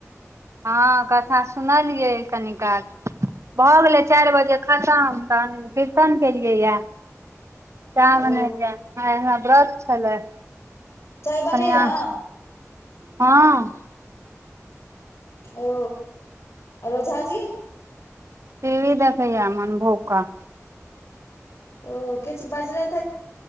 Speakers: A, on the right; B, on the left.
A: हँ कथा सुनलियै कनिकाल भऽ गेलै चारि बजे खतम तहन कीर्तन केलियै यए चाह
B: ओ
A: बनेलियै ह हमरा ब्रश छलै कनिआँ
B: चाय बनेलहुँ
A: हँ
B: ओ रोजा जी
A: पीवी द कहै य मन भोका
B: ओ किछ बजलेत